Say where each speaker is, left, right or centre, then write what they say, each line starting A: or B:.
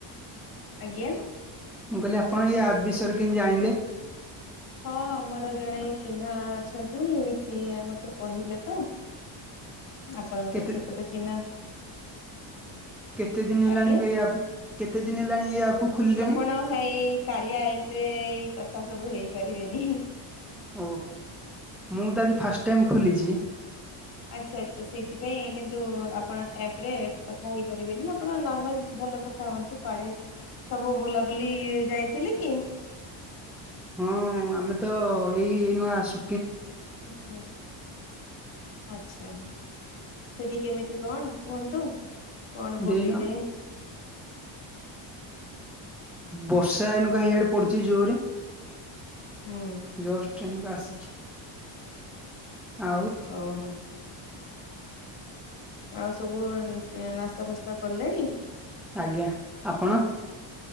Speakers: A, on the left (about 45°); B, in the centre.
A: ଆଜ୍ଞା।
B: ମୁଁ କହିଲି ଆପଣ ଏଇ ଆପ୍ ବିଷୟରେ କେମିତି ଜଣିଲେ?
A: <inaudible> ହଁ ମୋର ଜଣେ ଚିହ୍ନା ଅଛନ୍ତି ସିଏ ମତେ କହିଲେ ତ। ଆପଣଙ୍କର
B: କେତେ
A: ସେପଟେ ଚିହ୍ନା।
B: କେତେ ଦିନି ହେଲାଣି
A: ଆଜ୍ଞା।
B: ଏଇ ଆପ୍ କୁ। କେତେ ଦିନି ହେଲାଣି ଏଇ ଆପ୍ କୁ? ଖୋଲିଲେଣି?
A: ଆପଣ ହେଇ କାରିଆ ଆପ୍ ରେ ଏଇ କଥା ସବୁ ହେଇପାରିବେନି ହ୍ନି।
B: ଓହୋ, ମୁଁ ତ ଆଜି ଫାଷ୍ଟ ଟାଇମ ଖୋଲିଚି।
A: ଆଚ୍ଛା ଆଚ୍ଛା ସେଇଥିପାଇଁ କିନ୍ତୁ ଆପଣ ଆପ୍ ରେ କଥା ହେଇପାରିବେନି ଆପଣ ନର୍ମାଲ ଭଲ କ। ଥାଅନ୍ତୁ। ପାଡେ ସବୁ ବୁଲାବୁଲି ଯାଇଥିଲେ କି?
B: ହଁ ଆମେ ତ ଏଇ ନୂଆ ଆସୁ।
A: <unintelligible> ଆଚ୍ଛା ସେଠି କେମିତି କଣ କୁହନ୍ତୁ କଣ
B: ଦେଇନା
A: ବୁଲିଲେ?
B: ବର୍ଷା ଏଇନୁକା ହେଇଆଡେ ପଡୁଚି ଜୋରରେ
A: ହୁଁ
B: ଜଷ୍ଟ। ଏଇନୁକା ଆସିଚୁ ଆଉ।
A: ଓହୋ। ଆଉ ସବୁ ନାସ୍ତା ଫାସ୍ତା କଲେଣି?
B: ଆଜ୍ଞା, ଆପଣ?